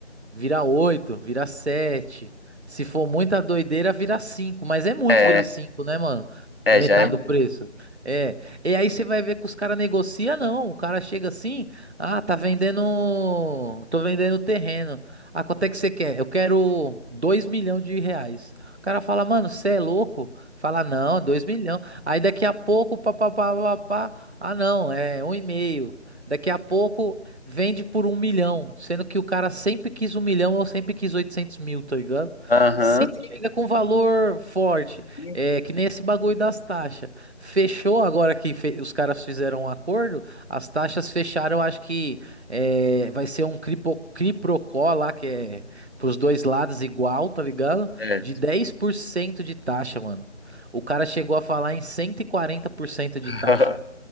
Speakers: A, on the right (about 65°); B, on the left (about 55°).
A: Vira 8, vira sete, Se for muita doideira, vira cinco, Mas é muito
B: É,
A: virar 5, né, mano?
B: é,
A: Metade
B: já é.
A: do preço. É. E aí você vai ver que os caras negociam, não. O cara chega assim, ah, tá vendendo. Tô vendendo terreno. Ah, quanto é que você quer? Eu quero dois milhões de reais. O cara fala, mano, você é louco? Fala, não, dois milhões. Aí daqui a pouco, pá, pá, pá, pá, pá. Ah, não, é um e meio. Daqui a pouco, Vende por um milhão, sendo que o cara sempre quis um milhão ou sempre quis oitocentos mil, tá ligado?
B: Aham.
A: Sempre chega com valor forte,
B: Então,
A: é que nem esse bagulho das taxas. Fechou agora que fe- os caras fizeram um acordo, as taxas fecharam, acho que é, vai ser um cripo, criprocó lá, que é pros dois lados igual, tá ligado?
B: é.
A: De 10% de taxa, mano. O cara chegou a falar em 140% de
B: <laughs>
A: taxa.